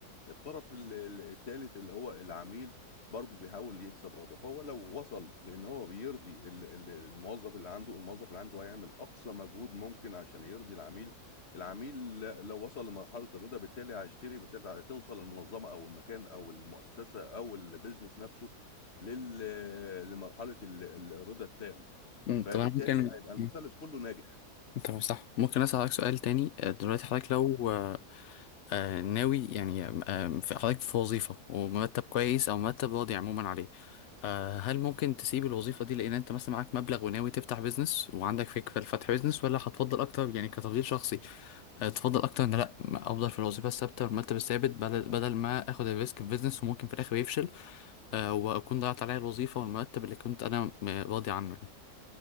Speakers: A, on the left; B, on the left.
A: الطرف ال- ال- التالت اللي هو العميل برضه بيحاول يكسب رضا فهو لو وصل لان هو بيرضي ال- ال- الموظف اللي عنده الموظف اللي عنده هيعمل اقصى مجهود ممكن عشان يرضي العميل العميل ل- لو وصل لمرحلة الرضا بالتالي هيشتري بالتالي هتوصل المنظمة او المكان او المؤسسة او البيزنس نفسه لل- لمرحلة ال- ال- الرضا التام
B: مم،
A: فبالتالي
B: طب انا ممكن
A: هيبقى المثلث
B: مم،
A: كله ناجح
B: طب صح ممكن اسالك سؤال تاني آه، دلوقتي حضرتك لو آه، آه، ناوي يعني آه، في- حضرتك في وظيفه ومرتب كويس او مرتب راضي عموما عليه آه، هل ممكن تسيب الوظيفه دي لان انت مثلا معاك مبلغ وناوي تفتح بيزنس وعندك فكره لفتح بيزنس ولا هتفضل اكتر يعني كتفضيل شخصي آه، تفضل اكتر ان لا ما افضل في الوظيفه الثابته والمرتب الثابت بدل بدل ما اخد الريسك في بيزنس وممكن في الاخر يفشل آه، واكون ضيعت عليا الوظيفه والمرتب اللي كنت انا م- راضي عنه يعني